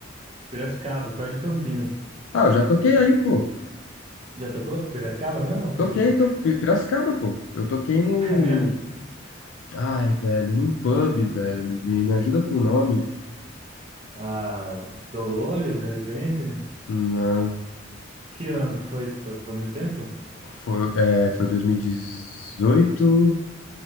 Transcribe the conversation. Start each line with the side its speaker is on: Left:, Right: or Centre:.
Right: Piracicaba, perto de Campinas.
Left: Ah, eu já toquei aí, pô.
Right: Já tocou? Piracicaba mesmo ou Campinas?
Left: Toquei, tô, Pi- Piracicaba, pô. Eu toquei no.
Right: <laughs> É mesmo?
Left: Ai, velho, num pub, velho. Me, me ajuda com o nome?
Right: Ah, Dolores, de repente?
Left: Não.
Right: Que ano que foi isso? Foi, foi muito tempo?
Left: Foi, é, foi 2018.